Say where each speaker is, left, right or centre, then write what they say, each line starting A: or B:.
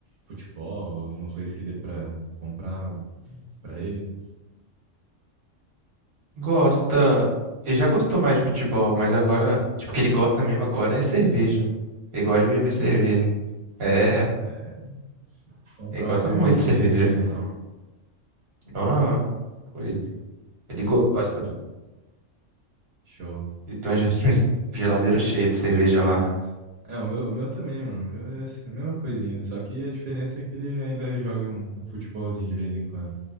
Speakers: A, on the right (about 75°); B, on the right (about 55°).
A: futebol, alguma coisa que dê pra comprar algo pra ele?
B: Gosta, ele já gostou mais de futebol, mas agora, tipo, o que ele gosta mesmo agora é cerveja. Ele gosta de beber cerveja. É,
A: É, Comprar
B: ele gosta
A: uma cervejinha
B: muito de cerveja.
A: ali pra ele, então.
B: Aham, foi. Ele gosta.
A: Show.
B: E tem uma ge- <laughs> geladeira cheia de cerveja lá.
A: né? É, o meu, o meu também, mano. O meu é assim, a mesma coisinha. Só que a diferença é que ele ainda joga um, um futebolzinho de vez em quando.